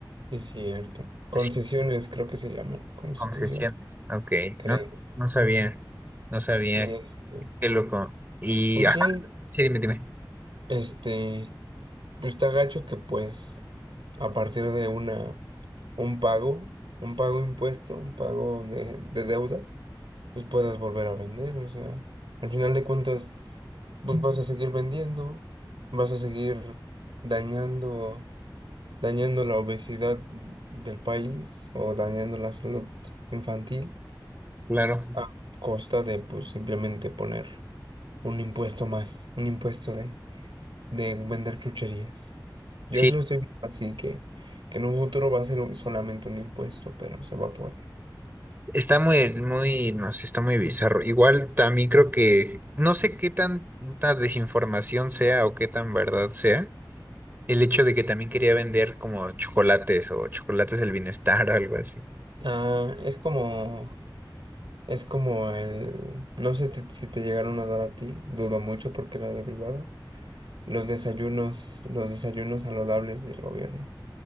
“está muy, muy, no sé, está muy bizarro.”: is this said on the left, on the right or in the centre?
Right